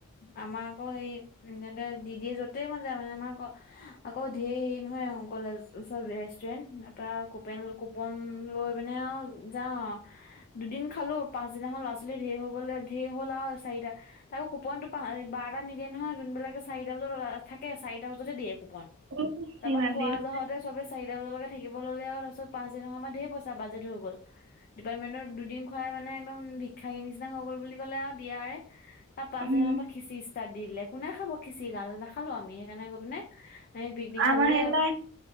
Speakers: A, on the left; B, on the right.
A: আমাৰ আকৌ সেই তেনেকে দিদিয়ে যতেই মন যায় মানে আমাৰ আকৌ ধেৰ হেৰি নহয় কলেজৰ ওচৰত ৰেষ্টুৰেণ্ট তাৰপৰা কুপেন কুপন লৈ পিনে আৰু যাও দুদিন খালো পাচদিনাখন ল'ৰা ছোৱালী ঢেৰ হ'বলৈ ধেৰ হ'ল আৰু চাৰিটা তাকো কুপনটো বাৰটাত নিদিয়ে নহয় যোনবিলাকে চাৰিটা বজাত থাকে চাৰিটা বজাতহে দিয়ে কুপন
B: অ
A: তাৰপা
B: ইমান
A: খোৱা
B: দেৰি
A: জহতে চবে চাৰিটা বজালৈকে থাকিব ল'লে আৰু তাৰিছত পাঁচ দিনাখনৰ পৰা ধেৰ পইচা বাজেট হৈ গ'ল ডিপাৰ্টমেণ্টৰ দুদিন খুৱাই মানে একদম ভিক্ষাৰী নিচিনা হৈ গ'ল বুলি ক'লে আৰু দিয়াৰে তাৰ পাছদিনা
B: উম
A: খনৰ পৰা খিচিৰি ষ্টাৰ্ট দি দিলে কোনে খাব খিচিৰিগাল নাখালো আমি সেইকাৰণে গৈ পিনে আমি পিকনিক
B: আমাৰ
A: খালোগে
B: সেইদিনা